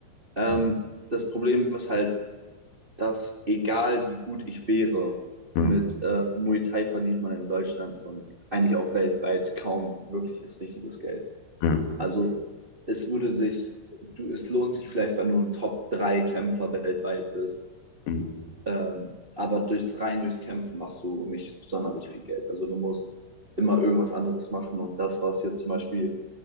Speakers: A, on the right; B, on the left.
A: Ähm,
B: ja,
A: das Problem ist halt, dass egal wie gut ich wäre,
B: ja,
A: mit äh, Muay Thai verdient man in Deutschland und eigentlich auch weltweit kaum wirkliches richtiges Geld.
B: ja.
A: Also es würde sich, du, es lohnt sich vielleicht, wenn du ein top drei kämpfer weltweit bist,
B: mhm.
A: ähm, aber durchs rein, durchs Kämpfen machst du nicht sonderlich viel Geld. Also du musst immer irgendwas anderes machen. Und das, was jetzt zum Beispiel